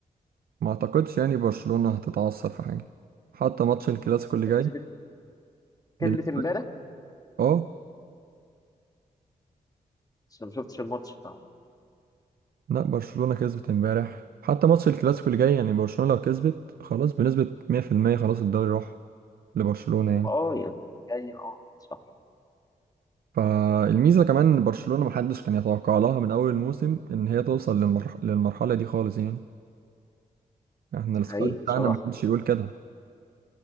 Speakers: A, on the right; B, on the left.
A: ما اعتقدش يعني برشلونة هتتعثر في حاجة حتى ماتش الكلاسيكو اللي
B: كسبت
A: جاي بالنسبة
B: كسبت امبارح
A: اه
B: بس أنا ما شفتش الماتش فا-
A: لا برشلونة كسبت امبارح حتى ماتش الكلاسيكو اللي جاي يعني برشلونة لو كسبت خلاص بنسبة 100% خلاص الدوري راح لبرشلونة
B: واه
A: يعني
B: يعني جاي اه صح
A: فالميزة كمان ان برشلونة محدش كان يتوقع لها من اول الموسم ان هي توصل للمرح... للمرحلة دي خالص يعني احنا السكواد
B: حقيقة
A: بتاعنا
B: بصراحة
A: ما كانش يقول كده